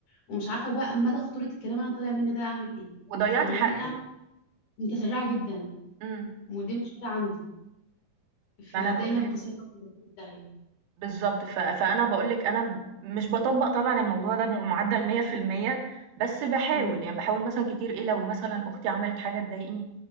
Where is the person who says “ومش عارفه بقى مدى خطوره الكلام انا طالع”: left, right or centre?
Left